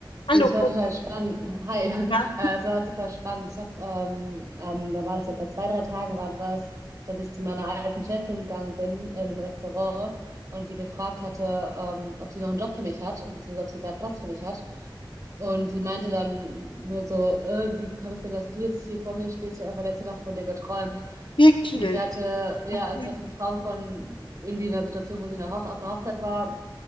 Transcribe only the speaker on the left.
Hallo,
ja,
wirklich.
Okay.